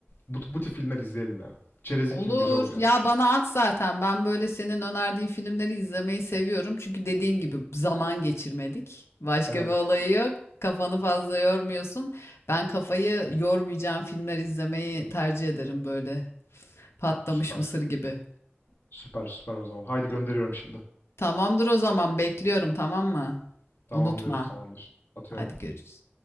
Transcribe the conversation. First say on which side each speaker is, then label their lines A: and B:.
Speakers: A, on the left; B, on the left.
A: Bu, bu tip filmler izleyelim ya. Çerezlik
B: Olur.
A: film güzel oluyor.
B: Ya bana at zaten. Ben böyle senin önerdiğin filmleri izlemeyi seviyorum. Çünkü dediğin gibi zaman geçirmedik. Başka
A: Evet.
B: bir olayı yok. Kafanı fazla yormuyorsun. Ben kafayı yormayacağım filmler izlemeyi tercih ederim böyle. Patlamış
A: Süper.
B: mısır gibi.
A: Süper süper o zaman. Haydi gönderiyorum şimdi.
B: Tamamdır o zaman bekliyorum tamam mı?
A: Tamamdır,
B: Unutma.
A: tamamdır. Atıyorum.
B: Hadi görüşürüz.